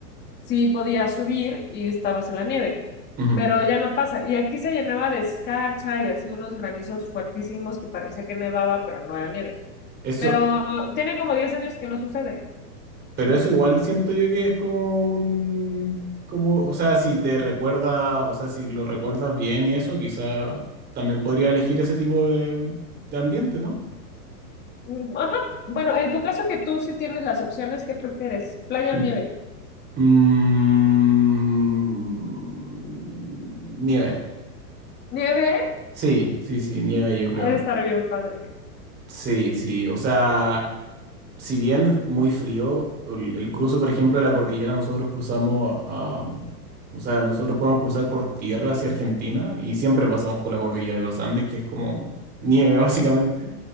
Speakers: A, on the left; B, on the right.
A: sí podías subir y estabas en la nieve.
B: ujú.
A: Pero ya no pasa. Y aquí se llenaba de escarcha y así unos granizos fuertísimos que parecía que nevaba, pero no era nieve.
B: Eso,
A: Pero tiene como 10 años que no sucede.
B: Pero eso igual siento yo que es como un, como, o sea, si te recuerda, o sea, si lo recuerdas bien y eso, quizá también podría elegir ese tipo de, de ambiente, ¿no?
A: Mm, Ajá. Bueno, en tu caso que tú sí tienes las opciones, ¿qué prefieres? ¿Playa
B: Mm,
A: o nieve?
B: mm, nieve.
A: ¿Nieve?
B: Sí, sí, sí, nieve, yo creo.
A: Ha de estar bien padre.
B: Sí, sí, o sea, si bien muy frío, el, el cruce, por ejemplo, de la cordillera, nosotros cruzamos, ah, o sea, nosotros podemos cruzar por tierra hacia Argentina y siempre pasamos por la cordillera de los Andes, que es como nieve, <laughs> básicamente,